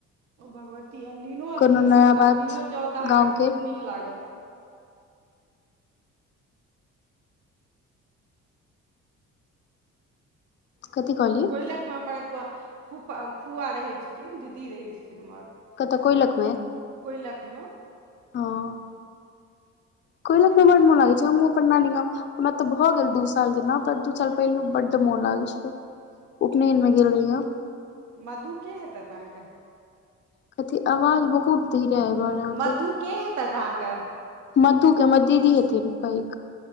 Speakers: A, on the right; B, on the left.
A: ओ भगवती अनदिननो अथथि
B: कोनो
A: छथिन,
B: नया बात
A: अनदिनो जाउ तऽ
B: गाँव
A: अहाँकेँ बहुत
B: के
A: नीक लागत।
B: कथी कहलियै
A: कोइलखमे हमर प फुा फुआ रहै छथिन दीदी रहै छथिन, हमर।
B: कतऽ कोइलखमे?
A: कोइलखमे।
B: हँ कोयलख में बड मोन लागै छै हमहुँ अपन नानी हमरा तऽ भऽ गेल दू साल जेना पर दू साल पहिलू बड्ड मोन लागै छलै उपनयन में गेल रहि हम
A: मधुके हेत अहाँके
B: कथी आवाज बहुत धीरे आव रहल य आहाँ
A: मधु
B: के
A: के हेतत अहाँके
B: मधु के हमर दीदी हेथिन पैघ